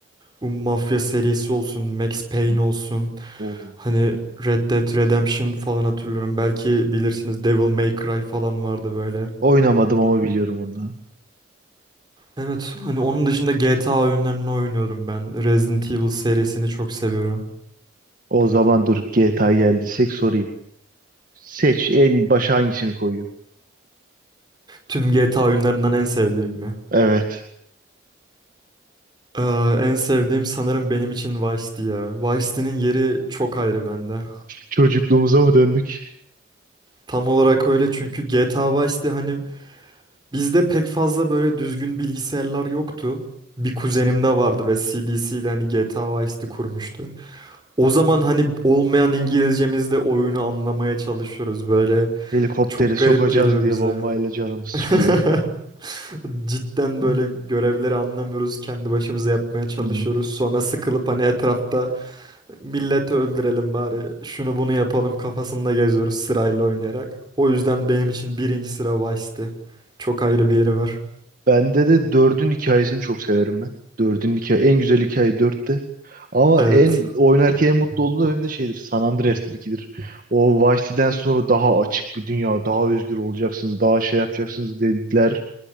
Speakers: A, on the right; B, on the right.
A: Bu mafya serisi olsun, Max Payne
B: hı.
A: olsun.
B: O,
A: Hani Red Dead Redemption falan hatırlıyorum. Belki bilirsiniz Devil May Cry falan vardı böyle.
B: oynamadım ama biliyorum ondan.
A: Evet, hani onun dışında GTA oyunlarını oynuyorum ben. Resident Evil serisini çok seviyorum.
B: O zaman dur GTA geldiysek sorayım. Seç en başa hangisini koyuyorsun?
A: Tüm GTA oyunlarından en sevdiğim mi?
B: Evet.
A: Ee, en sevdiğim sanırım benim için Vice City ya. Vice City'nin yeri çok ayrı bende.
B: Çocukluğumuza mı döndük?
A: Tam olarak öyle çünkü GTA Vice City hani Bizde pek fazla böyle düzgün bilgisayarlar yoktu. Bir kuzenimde vardı ve C D C ile hani GTA Vice City kurmuştu. O zaman hani olmayan İngilizcemizle oyunu anlamaya çalışıyoruz böyle.
B: Helikoptere
A: Çok
B: sokacağız
A: garip geliyor
B: diye
A: bize.
B: bombayla canımız çıkıyor.
A: <laughs> Cidden böyle
B: Hı.
A: görevleri anlamıyoruz. Kendi başımıza yapmaya çalışıyoruz.
B: Hı.
A: Sonra sıkılıp hani etrafta milleti öldürelim bari. Şunu bunu yapalım kafasında geziyoruz sırayla oynayarak. O yüzden benim için birinci sıra Vice City. Çok ayrı bir yeri var.
B: Bende de dördün hikayesini çok severim ben. Dördün hikaye en güzel hikaye dörtte. Ama
A: Evet.
B: en oynarken en mutlu olduğum da benim de şeydir. San Andreas'tır ikidir. O Vice City'den sonra daha açık bir dünya, daha özgür olacaksınız, daha şey yapacaksınız dediler.